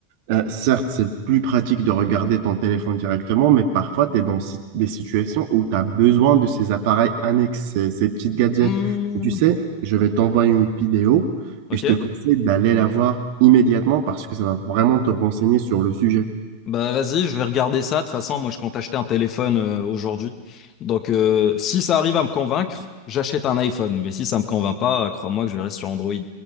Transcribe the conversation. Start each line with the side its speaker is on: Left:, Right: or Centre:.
Right: Euh, certes, c'est plus pratique de regarder ton téléphone directement, mais parfois, tu es dans si- des situations où tu as besoin de ces appareils annexes, ces, ces petites gadgets.
Left: hmm,
Right: Et tu sais, je vais t'envoyer une vidéo
Left: Ok.
Right: et je te conseille d'aller la voir immédiatement parce que ça va vraiment te renseigner sur le sujet.
Left: Bah vas-y, je vais regarder ça. De toute façon, moi, je compte acheter un téléphone euh, aujourd'hui. Donc, euh, si ça arrive à me convaincre, j'achète un iPhone. Mais si ça me convainc pas, crois-moi que je reste sur Android.